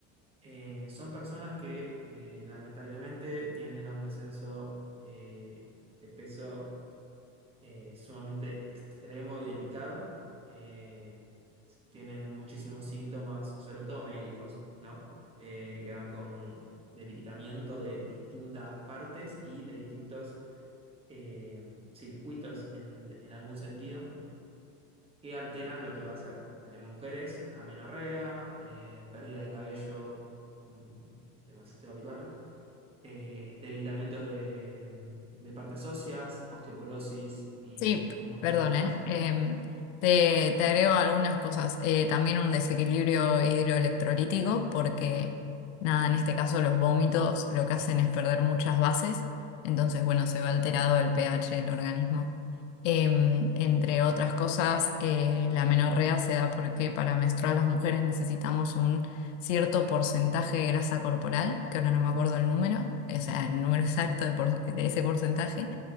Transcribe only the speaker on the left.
Sí, p-
perdón,
¿eh?
Em, te, te agrego algunas cosas. Eh, también un desequilibrio hidroelectrolítico, porque nada, en este caso los vómitos lo que hacen es perder muchas bases, entonces, bueno, se va alterado el pH del organismo. Em, entre otras cosas, eh, la menorrea se da porque para menstruar las mujeres necesitamos un cierto porcentaje de grasa corporal, que ahora no me acuerdo el número, o sea, el número <laughs> exacto de por- de ese porcentaje